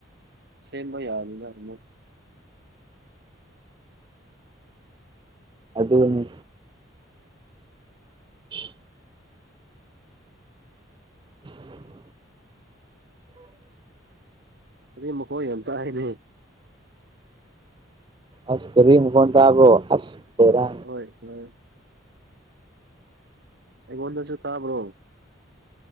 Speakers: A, on the right (about 55°); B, on the right (about 25°).
A: ꯁꯦꯝꯕ ꯌꯥꯅꯤꯅ ꯑꯃꯨꯛ
B: ꯑꯗꯨꯅꯤ <inaudible> <inaudible>
A: ꯒꯥꯔꯤ ꯃꯈꯣꯜ ꯌꯥꯝ ꯇꯥꯏꯅꯦ
B: ꯑꯁ ꯒꯥꯔꯤ ꯃꯈꯣꯟ ꯇꯥꯕꯔꯣ ꯑꯁ ꯕꯦꯔꯥ
A: ꯍꯣꯏ ꯍꯣꯏ ꯑꯩꯉꯣꯟꯗꯖꯨ ꯇꯥꯕ꯭ꯔꯣ